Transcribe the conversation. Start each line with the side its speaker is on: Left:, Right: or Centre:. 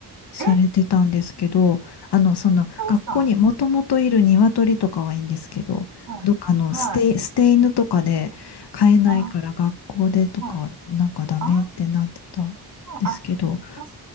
Left: されてたんですけど、
Right: え、
Left: あの、その学校にもともといる鶏とかはいいんですけど、
Right: そうですかはい。
Left: どっかの捨て、
Right: はい。
Left: 捨て犬とかで飼えないから学校でとかなんかダメってなってたんですけど、
Right: ああ、はい。ああ、あ、確